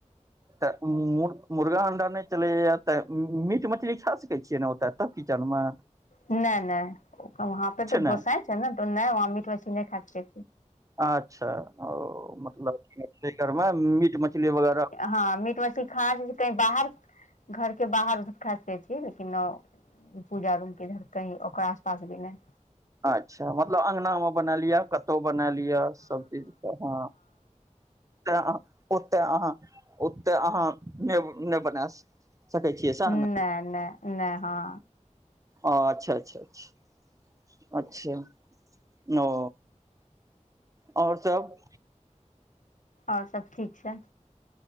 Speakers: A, on the right; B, on the left.
A: तऽ मु मुर्गा अण्डा नहि चलैए तऽ मीट मछली खा सकै छियै ने ओतऽ तब कीचनमे
B: नहि नहि वहाँ पे तो
A: नहि
B: गोसाईं छै ने नहि वहाँ पे तो मीट मछली नहि खाए
A: अच्छा ओ मतलबमे मीट मछली वगैरह
B: हँ मीट मछली खाना चाह कही बाहर घर के बाहर खा सकै छी लेकिन पूजा रूम केधर कही ओकरा आस पास भी नहि
A: अच्छा मतलब अङ्गनामे बनाए लियअ कतहु बनायल यअ सभचीजके हँ अ ओते अहाँ ओते अहाँ बना सकै छियै सएह
B: नहि
A: ने
B: नहि नहि हँ
A: ओ अच्छा अच्छा अचछा अच्छा ओ आओर सब
B: आओर सब ठीक छै